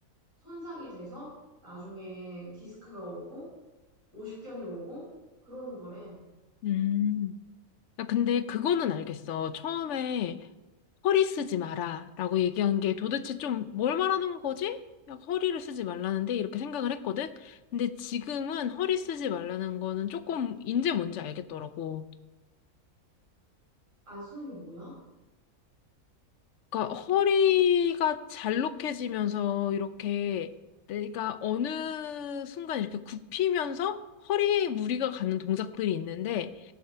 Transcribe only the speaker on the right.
손상이 돼서 나중에 디스크가 오고 오십견이 오고 그러는 거래.
안 쓰는 게 뭐야?